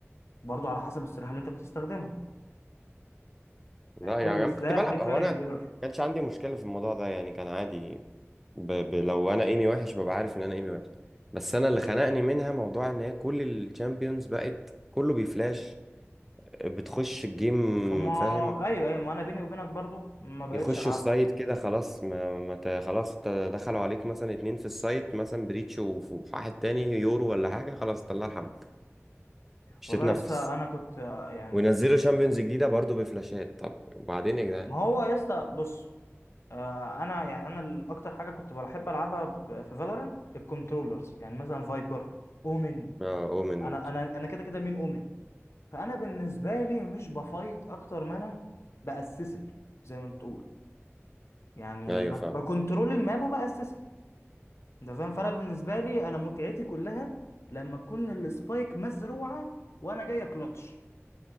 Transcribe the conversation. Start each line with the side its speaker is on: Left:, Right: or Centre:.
Left: برضو على حسب السلاح اللي انت بتستخدمه يعني
Centre: لا
Left: كل
Centre: يعني انا
Left: سلاح
Centre: كنت بلعب
Left: ليه فايرنج
Centre: هو انا ما
Left: ايرور
Centre: كانش عندي مشكله في الموضوع ده يعني كان عادي ب... ب... لو انا ايمي وحش ببقى عارف ان انا ايمي وحش بس انا اللي خنقني منها موضوع ان هي كل الشامبيونز بقت كله بيفلاش بتخش الجيم
Left: اما
Centre: فاهم
Left: ايوه ايوه ما انا بيني وبينك برضو ما بقتش
Centre: يخشوا
Left: العبها
Centre: السايت كده خلاص ما, ما ت... خلاص ت- دخلوا عليك مثلا اتنين في السايت مثلا بريتش وف- وواحد تاني يورو ولا حاجه خلاص الله يرحمه مش
Left: والله
Centre: تتنفس
Left: يا اسطى انا كنت آه، يعني
Centre: وينزلوا شامبيونز جديده برضو بفلاشات طب وبعدين يا جدعان
Left: ما هو يا اسطى بص آه، انا يعني انا ال- اكتر حاجه كنت بحب العبها ب- في فالورنت الكنترولرز يعني مثلا فايبر اومن
Centre: اه اومن
Left: انا انا انا كده كده مين اومن فانا بالنسبه لي مش بفايت اكتر ما انا باسسن زي ما بتقول يعني
Centre: ايوه
Left: ب-
Centre: فاهم
Left: بكنترول الماب وباسسن انت فاهم فانا بالنسبه لي انا متعتي كلها لما تكون السبايك مزروعه وانا جاي كلتش